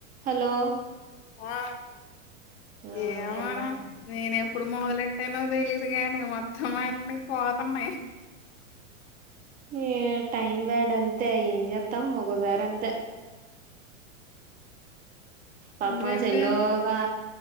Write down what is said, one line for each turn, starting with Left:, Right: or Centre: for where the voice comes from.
Right: Hello.
Left: ఆ
Right: ఆ
Left: ఏమోనే
Right: ఇనపడుతుంది
Left: నేనేప్పుడు మొదలెట్టానో తెలి తెలీదు గాని మొత్తం అన్నీ పోతన్నాయి.
Right: ఏ టైమ్ బ్యాడ్ అంత అంతే ఏం చేత్తం ఒకోసారి అంతే పాపమ్
Left: ఇంకేంటి
Right: మా చెల్లోగా